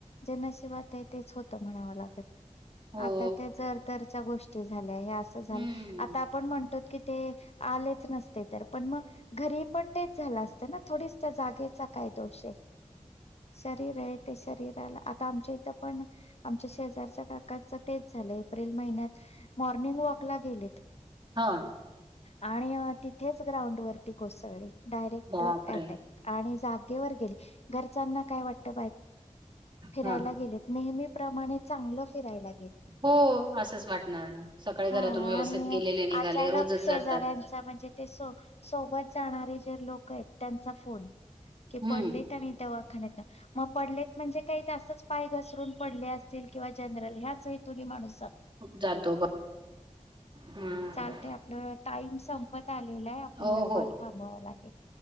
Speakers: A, on the left; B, on the right.
A: जे नशिबात आहे तेच होत म्हणावं लागेल
B: हो.
A: आता त्या जर तरच्या गोष्टी झाल्या हे असं झालं
B: हं.
A: आता आपण म्हणतो की ते आलेच नसते तर पण मग घरी पण तेच झालं असत ना थोडी त्या जागेचा काय दोष आहे शरीर आहे ते शरीराला आता आमच्या इथं पण आमच्या शेजारच्या काकाच तेच झालं एप्रिल महिन्यात मॉर्निंग वॉकला गेलेत
B: हां.
A: आणि तिथेच ग्राउंड वरती कोसळली डयरेक्ट
B: बापरे!
A: ॲटॅक आणि जागेवर गेले घरच्यांना काय वाटत फिरायला
B: हां.
A: गेले नेहमी प्रमाणे चांगलं फिरायला लाग
B: हो, असंच वाटणार ना. सकाळी
A: हा
B: घरातून व्यवस्थित
A: आणि
B: गेलेले निघाले,
A: अचानक
B: रोजच
A: शेजाऱ्यांचा
B: जातात.
A: म्हणजे ते स सोबत जाणारे जे लोक आहेत त्यांचा फोन की
B: हं.
A: पडलीत आणि तेव्हा मग पडले म्हणजे काहीच पाय घसरून पडले असतील किंवा जनरल ह्याच हेतूनी माणूस
B: जातो ब हां.
A: चालते आपलं टाईम संपत झालेला आहे आपल्याला
B: ओ हो.
A: कॉल थांबवावा लागेल